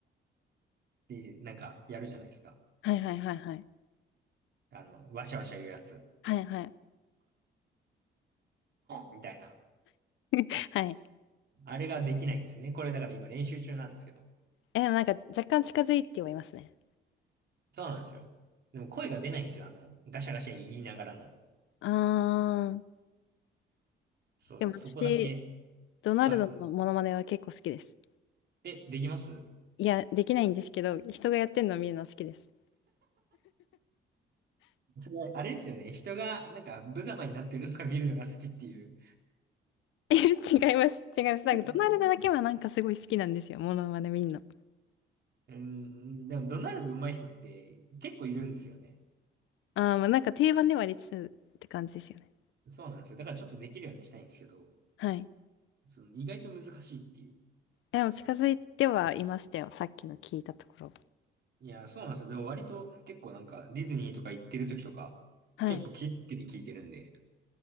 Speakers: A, on the right (about 55°); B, on the left (about 85°).
A: で、なんかやるじゃないですか。
B: はいはいはいはい。
A: あの、わしゃわしゃ言うやつ、
B: はいはい。
A: みたいな。
B: <laughs> はい。
A: あれができないんですね。これだから今練習中なんですけど。
B: え、でもなんか若干近づいてはいますね。
A: そうなんですよ。でも声が出ないんですよ。あの、ガシャガシャ言いながらの。
B: ああ、
A: そう、
B: でも私、
A: だからそこだけ。
B: ドナルドのモノマネは結構好きです。
A: はい。え、できます
B: いや、できないんですけど、人がやってんのを見るのは好きです。
A: それあれですよね。人が、なんか、無様になってるのが見るのが好きっていう。
B: <laughs> 違います。違います。なんかドナルドだけはなんかすごい好きなんですよ。
A: 本当ですか
B: モノマネ見んの。
A: うん、でも、ドナルド上手い人って結構いるんですよね。
B: あー、まあ、なんか定番ではありつつって感じですよね。
A: そうなんですよ。だからちょっとできるようにしたいんですけど、
B: はい。
A: その意外と難しいっていう。
B: えでも近づいてはいましたよ。さっきの聞いたところ。
A: いや、そうなんですよ。でも割と結構なんか、ディズニーとか行ってる時とか、
B: はい。
A: 結構気をつけて聞いてるんで。